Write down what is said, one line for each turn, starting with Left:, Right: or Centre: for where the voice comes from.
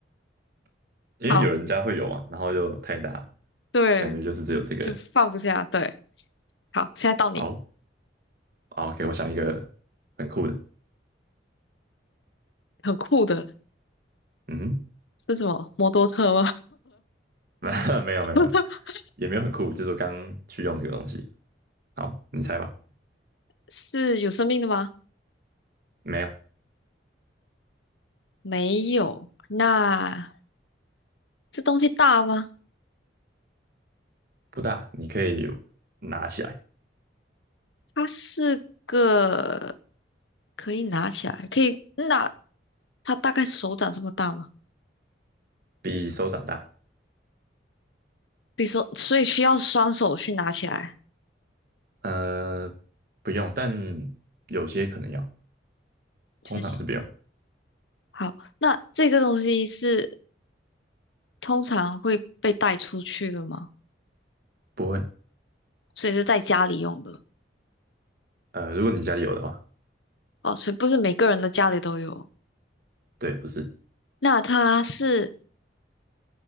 Right: <laughs> 因为有人家会有嘛，
Left: 好，
Right: 然后又太大，
Left: 对，
Right: 感觉就是只有这个。
Left: 就放不下。对，好，现在到你，
Right: 好，好，OK，我想一个很酷的。
Left: 很酷的，
Right: 嗯哼
Left: 是什么？摩托车吗？
Right: <laughs> 没有没有没有，
Left: <laughs>
Right: 也没有很酷，就是我刚去用这个东西。好，你猜吧。
Left: 是有生命的吗？
Right: 没有，
Left: 没有。那这东西大吗？
Right: 不大，你可以拿起来，
Left: 它是个可以拿起来，可以那它大概手掌这么大吗？
Right: 比手掌大。
Left: 比如说，所以需要双手去拿起来，
Right: 呃，不用，但有些可能要，
Left: 就是。
Right: 通常是不用，
Left: 好，那这个东西是通常会被带出去的吗？
Right: 不会。
Left: 所以是在家里用的
Right: 呃，如果你家里有的话，
Left: 哦，所以不是每个人的家里都有。
Right: 对，不是，
Left: 那它是